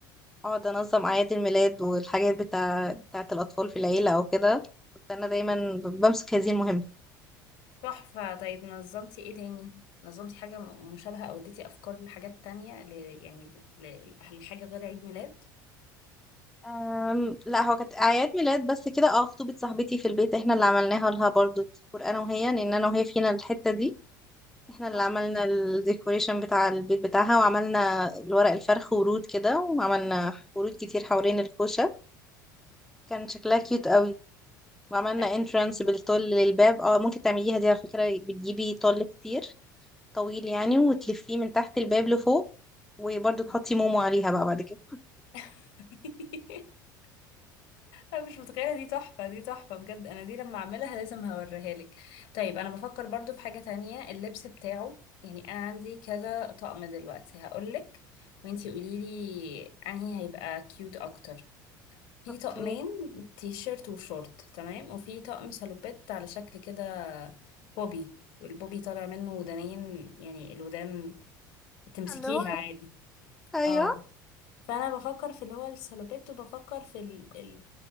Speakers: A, in the centre; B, on the left.
A: أقعد أنظم أعياد الميلاد والحاجات بتاع بتاعة الأطفال في العيلة أو كده كنت أنا دايما بمسك هذه المهمة
B: تحفة طيب نظمتي ايه تاني نظمتي حاجة م- مشابهة او اديتي افكار لحاجات تانية ل... يعني ل... لحاجة غير عيد ميلاد
A: أم، لا هو كانت اعياد ميلاد بس كده اه خطوبة صاحبتي في البيت احنا اللي عملناها لها برضو ديكور انا وهي لان انا وهي فينا الحتة دي احنا
B: تحفة
A: اللي عملنا الديكوريشن بتاع البيت بتاعها وعملنا الورق الفرخ ورود كده وعملنا ورود كتير حوالين الكوشة كان شكلها كيوت قوي وعملنا
B: لا
A: انترانس
B: دي
A: بالطول
B: تحفة
A: للباب اه ممكن تعمليها دي على فكرة بتجيبي طول كتير طويل يعني وتلفيه من تحت الباب لفوق وبرضو تحطي مومو عليها بقى بعد كده <laughs>
B: <laughs> انا مش متخيلة دي تحفة دي تحفة بجد انا دي لما اعملها لازم هوريها لك طيب انا بفكر برضو في حاجة تانية اللبس بتاعه يعني انا عندي كذا طقم دلوقتي هقولك وانتي قوليلي انهي هيبقى كيوت اكتر في
A: اوكي
B: طقمين تي شيرت وشورت تمام وفي طقم شالوبات على شكل كده بوبي والبوبي طالع منه ودانين يعني الودان تمسكيها
A: الو
B: عادي
A: ايوه
B: اه فانا بفكر في اللي هو الشالوبات وبفكر في ال ال